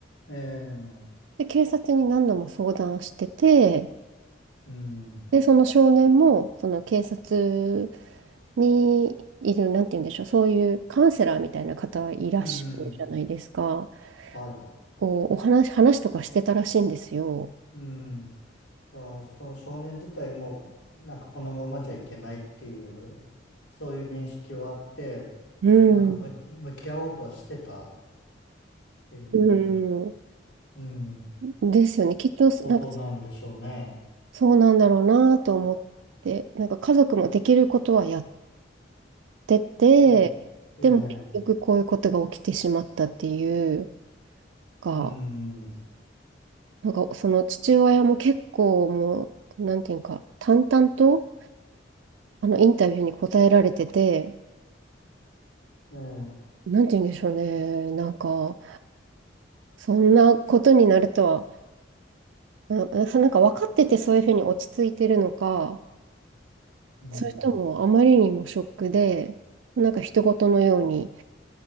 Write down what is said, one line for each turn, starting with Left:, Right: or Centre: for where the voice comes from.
Left: ええ。
Right: で、警察に何度も相談してて、
Left: うん。
Right: で、その少年も、その警察にいる、なんて言うんでしょう、そういうカウンセラーみたいな方いらっしゃるじゃないですか。
Left: うん。はい。
Right: こう、お話、話とかしてたらしいんですよ。
Left: うん。じゃあ、その少年自体も、なんかこのままじゃいけないっていう、そういう認識はあって、
Right: うん。
Left: なんかむ向き合おうとはしてたっていう、
Right: うん。
Left: うん、
Right: ですよね。きっと、
Left: ことなんでしょうね。
Right: なんか、そうなんだろうなと思って、なんか家族もできることはやってて、
Left: うん。ええ、
Right: でも結局こういうことが起きてしまったっていうか、
Left: うん、
Right: が
Left: え
Right: なんか、その父親も結構もう、なんていうか、淡々と、あの、インタビューに答えられてて、
Left: え、
Right: なんていうんでしょうね。なんか、そんなことになるとは、あのそなんか分かっててそういうふうに落ち着いてるのか、
Left: うん、
Right: それともあまりにもショックで、なんか人事のように